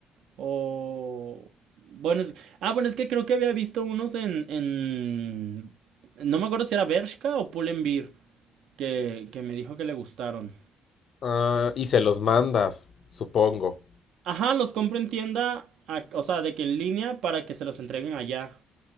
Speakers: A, on the right; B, on the left.
A: O... Bueno, es- ah, bueno, es que creo que había visto unos en, en... No me acuerdo si era Bershka o Pull&Bear, que, que me dijo que le gustaron.
B: Ah, y se los mandas, supongo.
A: Ajá, los compro en tienda, a- o sea, de que en línea para que se los entreguen allá.